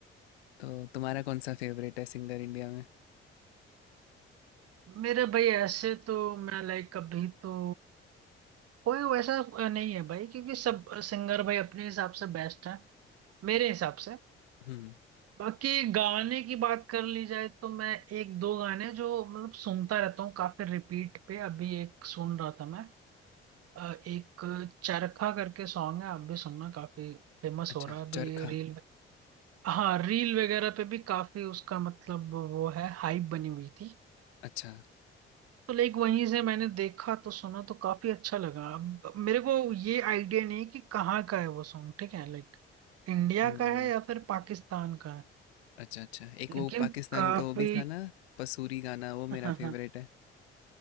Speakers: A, on the left (about 85°); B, on the right (about 50°).
A: तो तुम्हारा कौन सा फेवरेट है सिंगर इंडिया में
B: मेरा भाई ऐसे तो मैं लाइक कभी तो कोई वैसा अ, नहीं है भाई क्योंकि सब सिंगर भाई अपने हिसाब से बेस्ट है मेरे हिसाब से
A: हम्म
B: बाकी गाने की बात कर ली जाए तो मैं एक दो गाने जो मतलब सुनता रहता हूँ काफी रिपीट पे अभी एक सुन रहा था मैं अ, एक चरखा करके सॉन्ग है आप भी सुनना काफी फेमस
A: अच्छा
B: हो रहा है अभी
A: चरखा
B: रील हाँ रील वगैरह पे भी काफी उसका मतलब वो है हाइप बनी हुई थी
A: अच्छा
B: तो लाइक वहीं से मैंने देखा तो सुना तो काफी अच्छा लगा अब मेरे को ये आइडिया नहीं कि कहाँ का है वो सॉन्ग ठीक है लाइक इंडिया
A: हम्म
B: का है या फिर पाकिस्तान का है
A: अच्छा अच्छा एक
B: लेकिन
A: वो पाकिस्तान
B: काफी
A: का वो भी था ना पसूरी गाना वो
B: हाँ
A: मेरा फेवरेट
B: हाँ
A: है